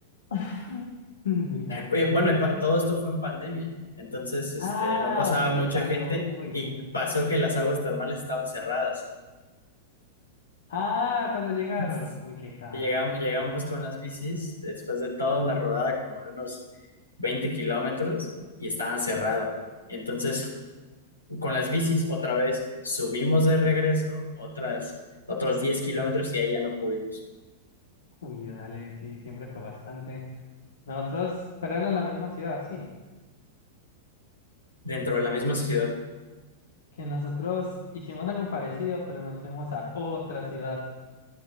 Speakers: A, on the left (about 70°); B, on the left (about 80°).
A: <laughs> Vital,
B: Oye,
A: tanto
B: Bueno,
A: así.
B: y pa- todo esto fue en pandemia, entonces este,
A: Ah,
B: no pasaba
A: ok,
B: mucha
A: pasó.
B: gente
A: Uy,
B: y
A: sí.
B: pasó que las aguas termales estaban cerradas.
A: Ah, cuando llegaron.
B: <laughs> Entonces,
A: Uy, qué caja.
B: y llegamos, llegamos con las bicis después de toda una rodada como de unos veinte kilómetros y estaban cerradas. Entonces, con las bicis otra vez subimos de regreso otras, otros diez kilómetros y ahí ya no pudimos,
A: Uy, dale, sí, siempre fue bastante. Nosotros, pero era la misma ciudad, sí.
B: dentro de la misma ciudad.
A: Que nosotros hicimos algo parecido, pero nos fuimos a otra ciudad.